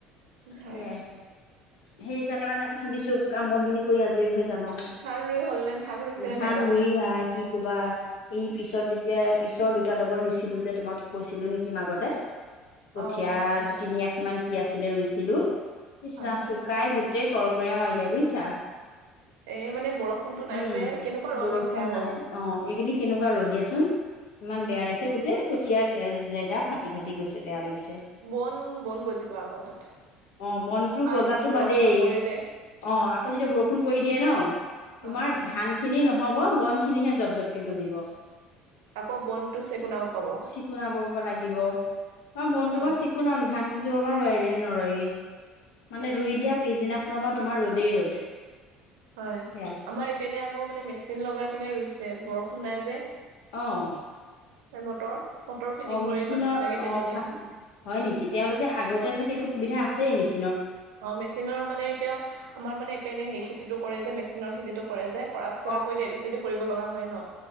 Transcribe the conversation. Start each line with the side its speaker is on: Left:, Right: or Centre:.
Right: হয়
Left: সেইয়াই। সেইকাৰণে মানে আমি ভাবিছোঁ কাম বনখিনি কৰি আজৰি হৈ য যাম আও।
Right: ধান ৰুই হ'ল নে ধান ৰুইছেনে
Left: ধান
Right: নাই এবাৰ
Left: ৰুই আ কি কবা এই পিছত যি এতিয়া পিছৰ দুটা ডবল ৰুইছিলো যে তোমাক কৈছিলো নেকি মাজতে। কঠীয়া
Right: অ কৈছিলে চাগে
Left: তিনিআশিমান কি আছিলে ৰুইছিলো। কৃষ্ণা
Right: হয় হয়
Left: শুকাই গোটেই কৰকীয়া মাৰিলে বুইছা।
Right: এই মানে বৰষুণতো নাই
Left: উম
Right: যে কেনেকুৱা ৰ'দ
Left: বৰষুণ
Right: দিছে আকৌ
Left: নাই অ সেইকেইদিন কেনেকুৱা ৰ'দ দিয়াচোন। ইমান
Right: হয়
Left: বেয়া লাগিছে গোটেই কঠীয়া জেগা ফাটি ফাটি গৈছে বেয়া লাগিছে।
Right: বন বন গজিবা আকৌ তাত
Left: অহ বনটো গজাতো
Right: আহ বৰষুণ
Left: বা দেই
Right: নপৰিলে
Left: অ আকৌ যেতিয়া বৰষুণ পৰি দিয়ে ন তোমাৰ
Right: অ হয়
Left: ধান খিনি নহব বন খিনিহে জপ জপকে গজিব
Right: আকৌ বনটো চেকুনাব পাব
Left: চিকুনা ব লাগিব। মই বনটো
Right: হয়
Left: চিকুনাম ধান যোৱা বাৰ ৰয়েগে নে নৰয়গে মানে
Right: তাকে
Left: ৰুই দিয়া পিছদিনাখনৰ পৰা তোমাৰ ৰ'দেই ৰ'দ।
Right: হয়
Left: সেয়া
Right: আমাৰ ইপিনে আকৌ মানে মেচিন লগাই পিনে ৰুইছে বৰষুণ নাই যে।
Left: অহ
Right: এ মটৰ মটৰ ফিটিং
Left: অহ
Right: কৰি
Left: মেচিনৰ
Right: মানুহ বিলাকে তেনেকে
Left: অ ভাল হয় নেকি তেওঁলোকে আগতে চাগে সেটো সুবিধা আছেই মেচিন
Right: অহ মেচিনৰ মানে এতিয়া আমাৰ মানে এপেনে সেই খেতিটো কৰে যে মেচিনৰ খেতিটো কৰে যে। কৰাৰ পিছত
Left: অ
Right: আকৌ
Left: অ
Right: এইটো খেতি কৰিব লগা হয় ন।